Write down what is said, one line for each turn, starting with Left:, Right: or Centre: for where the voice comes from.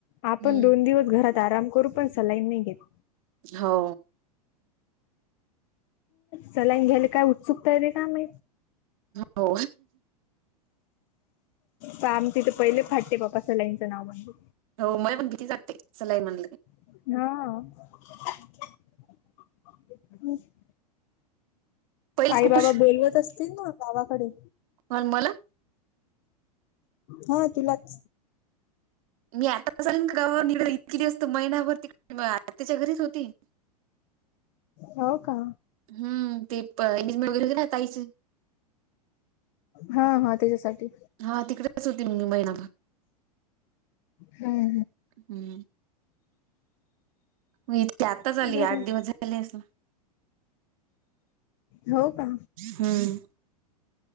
Left: आपण
Right: हम्म.
Left: दोन दिवस घरात आराम करू पण सलाईन नाही घेत
Right: हो
Left: सलाईन घ्यायला काय उत्सुकता येते का मा
Right: हो
Left: प आम तिथं पहिले फाटते बापा सलाईंचं नाव म्हणतो
Right: हो म पण किती जगते सलायन म्हणलं की
Left: हा
Right: पहिलेच
Left: आई
Right: खूप
Left: बाबा
Right: उशीर
Left: बोलवत असतील ना गावाकडे
Right: कोण मला
Left: हा तुलाच
Right: मी आता असलन गावा निघ इतकीि दि असत महिनाभरती आ त्याच्या घरीच होती
Left: हो का
Right: हम् ते प इंिज वगैरे होते ना ताईच
Left: हा हा त्याच्यासाठी
Right: हा तिकडेच होती मी महिनाभर
Left: हम्म
Right: हम्म म इथे आताच
Left: हम्म
Right: आली
Left: बरं
Right: आठ
Left: आहे.
Right: दिवस झाले अस ना
Left: हो का
Right: हम्म